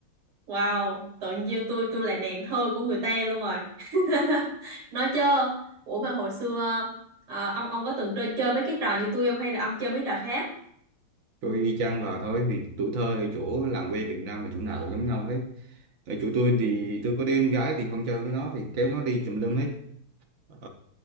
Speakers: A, on the right (about 75°); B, on the right (about 60°).
A: wow tự nhiên tôi tôi là nàng thơ của người ta luôn rồi <laughs> nói chưa ủa mà hồi xưa à, ông ông có từng chơi chơi mấy cái trò như tôi không hay là ông chơi mấy trò khác
B: Tôi y chang vào thôi thì tuổi thơ ở chỗ làng quê Việt Nam là chỗ nào cũng giống nhau hết ở chỗ tôi
A: Ừ.
B: thì tôi có đứa em gái thì không chơi với nó thì kéo nó đi tùm lum hết ờ,